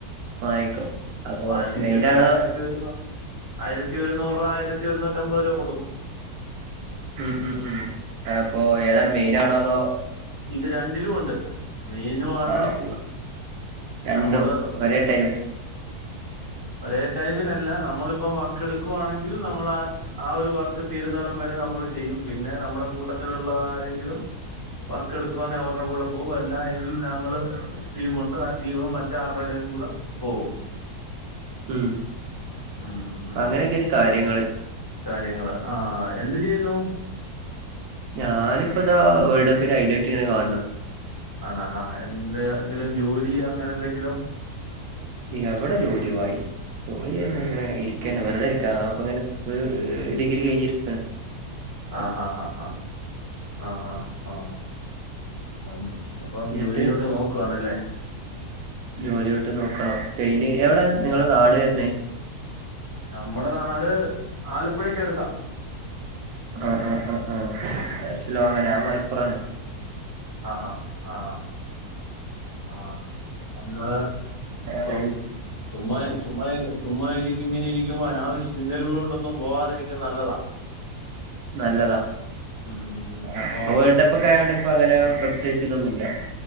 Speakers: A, on the right; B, on the left.
A: വാങ്ങിക്കും അപ്പൊ
B: വാങ്ങിച്ചിട്ട്
A: മെയിനാണോ
B: ആയിരത്തി വരുന്ന ആയിരത്തി ഒരൂ നൂറ് രൂപ ആയിരത്തി ഒരുന്നൂറ്റിയമ്പത് രൂപ കൊടുക്കും
A: ഉം ഉം ഉം അപ്പൊ ഏതാണ് മെയിനാണോ അതോ
B: ഇത് രണ്ടിലും ഉണ്ട് മെയ്നും ആണ്
A: ആഹ് രണ്ടും
B: നമ്മള്
A: ഒരേ ടൈം
B: ഒരേ ടൈമിനല്ല നമ്മളിപ്പം വർക്ക് എടുക്കുവാണെങ്കിൽ നമ്മൾ ആ ആ ഒരു വർക്ക് തീരുന്നടം വരെ നമ്മൾ ചെയ്യും പിന്നെ നമ്മുടെ കൂട്ടത്തിലുള്ള ആരെങ്കിലും വർക്ക് എടുക്കുവാന്നെ അവരുടെ കൂടെ പോവും അല്ലാഎങ്കിൽ ഞങ്ങള് ടീമുണ്ട് ആ ടീമും മറ്റ ആരുടെ ടെയും കൂടെ പോവും
A: ഉം
B: ഉം, ഉം,
A: അങ്ങനെയൊക്കെന്
B: ഉം.
A: കാര്യങ്ങള്
B: കാര്യങ്ങള് ആ എന്ത് ചെയ്യുന്നു
A: ഞാനിപ്പ ഇതാ വേൾഡ് കപ്പിന് ഹൈലൈറ്റ് ഇങ്ങനെ കാണ് ണു
B: ആണ ആ എന്തങ്കിലും ജോലി അങ്ങനെ എന്തെങ്കിലും
A: എവിടെ ജോലി ഭായി ജോലി എന്നും ങ്ങനെ ഇരിക്ക ന്നെ വെറുതെ ഇരിക്കാ അപ്പ അങ്ങനെ ഡിഗ്രി കഴിഞ്ഞി ഇരിക്കാണ്
B: ആഹ് ആഹ് ആഹ് ആഹ് ആഹ് ആഹ് ആ അപ്പം
A: എന്നിട്ട്
B: ജോലിയിലോട്ട് നോക്കുവാണല്ലേ
A: ജോലിയോട്ട് നോക്കണം പെയിന്റിങ് എവിടെ
B: ഉം
A: നിങ്ങളെ നാട് വര്ണേ
B: നമ്മുടെ നാട് ആലപ്പുഴക്ക അടുത്താ
A: ആഹ് ആഹ് ആഹ് ആഹ് കൊർച്ച് ലോങ്ങാ ഞാൻ മലപ്പുറാണ്
B: ആഹ് ആഹ്ആ ആഹ് നമ്മള്
A: മലപ്പുറം
B: <unintelligible> ചുമ്മാ ചുമ്മാ ചുമ്മാ ഇരിക്കും ഇങ്ങനെ ഇരിക്കുമ്പോ അനാവശ്യ ചിന്തകളിലോട്ടൊന്നും പോവാതിരിക്കുന്ന നല്ലതാ
A: നല്ലതാ
B: ഉം ഇപ്പൊ
A: ആ പ്പം വേൾഡ് കപ്പ് ക്കെ
B: ഈ
A: ആയോണ്ട് ഇപ്പൊ അങ്ങനെ പ്രത്യേകിച്ച് തൊന്നും ല്ല